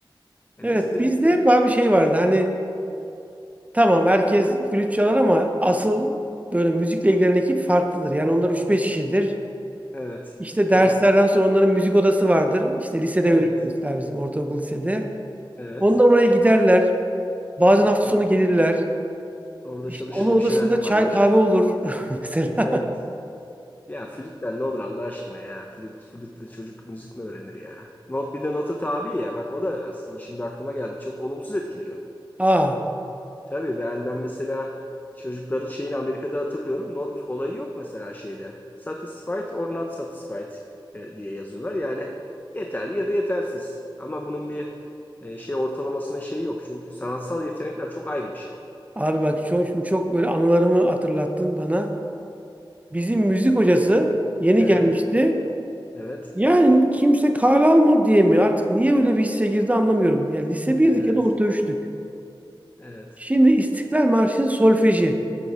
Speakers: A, on the left (about 20°); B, on the right (about 15°).
A: E,
B: Evet
A: biz de
B: bizde
A: biz
B: hep
A: de
B: abi şey vardı hani tamam herkes
A: evet,
B: flüt çalar ama asıl böyle müzikle ilgilenen ekip farklıdır. Yani onlar üç beş kişidir.
A: evet
B: İşte
A: tabii.
B: derslerden sonra onların müzik odası vardır. İşte lisede
A: Evet,
B: öyle mesela bizim ortaokul lisede.
A: evet.
B: Onlar oraya giderler. Bazen hafta
A: O-
B: sonu gelirler.
A: Orada
B: İşte
A: çalışır
B: onun odasında
A: bir şeyler yaparlar.
B: çay kahve olur <laughs> mesela.
A: Evet. Ya flütten ne olur Allah aşkına ya. Flüt, flütle çocuk müzik mi öğrenir ya? Not bir de nota tabi ya. Bak o da aslında şimdi aklıma geldi. Çok olumsuz etkiliyor.
B: Aa,
A: Tabii ben, ben mesela çocukların şeyini Amerika'da hatırlıyorum. Not olayı yok mesela şeyde. Satisfied or not satisfied e, diye yazıyorlar. Yani yeterli ya da yetersiz. Ama bunun bir e, şey ortalamasına şey yok. Çünkü sanatsal yetenekler çok ayrı bir şey.
B: abi bak çok, şimdi çok böyle anılarımı hatırlattın bana. Bizim müzik hocası yeni
A: Evet,
B: gelmişti.
A: evet,
B: Yani kimse kale almadı diye mi artık niye öyle bir hisse girdi anlamıyorum. Yani lise birdik
A: evet.
B: ya da orta üçtük.
A: Evet.
B: Şimdi İstiklal Marşı'nın solfeji.